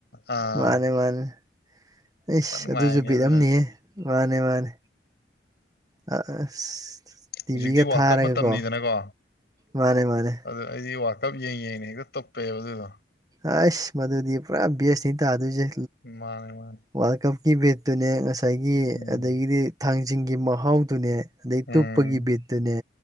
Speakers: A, on the left; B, on the right.
A: ꯑꯥ
B: ꯃꯥꯅꯦ
A: <inaudible>
B: ꯃꯥꯅꯦ ꯑꯩꯁ
A: ꯅꯨꯡꯉꯥꯏꯕꯅꯦ
B: ꯑꯗꯨꯖꯨ ꯕꯤꯠ
A: ꯑꯗꯨ
B: ꯑꯝꯅꯤꯍꯦ ꯃꯥꯅꯦ ꯃꯥꯅꯦ ꯑ ꯑꯁ ꯇꯤꯚꯤꯒ
A: ꯍꯧꯖꯤꯛꯇꯤ ꯋꯥ꯭ꯔꯜ
B: ꯊꯥꯔꯒꯀꯣ
A: ꯀꯞ ꯃꯇꯝꯅꯤꯗꯅꯀꯣ
B: ꯃꯥꯅꯦ ꯃꯥꯅꯦ
A: ꯑꯗꯨ ꯑꯩꯗꯤ ꯋꯥ꯭ꯔꯜ ꯀꯞ ꯌꯦꯡ ꯌꯦꯡꯅ ꯍꯦꯛꯇ ꯇꯨꯞꯄꯦꯕ ꯑꯗꯨꯗꯣ
B: ꯑꯥꯁ ꯃꯗꯨꯗꯤ ꯄꯨꯔꯥ ꯕꯦꯁꯅꯤ ꯇꯥꯗꯣꯏꯖꯦ
A: ꯃꯥꯅꯦ ꯃꯥꯅꯦ
B: ꯋꯥ꯭ꯔꯜ ꯀꯞꯀꯤ ꯕꯦꯠꯇꯨꯅꯦ ꯉꯁꯥꯏꯒꯤ
A: ꯎꯝ
B: ꯑꯗꯥꯒꯤꯗꯤ ꯊꯥꯡꯖꯤꯡꯒꯤ ꯃꯍꯥꯎꯗꯨꯅꯦ ꯑꯗꯩ
A: ꯎꯝ
B: ꯇꯨꯞꯄꯒꯤ ꯕꯤꯠꯇꯨꯅꯦ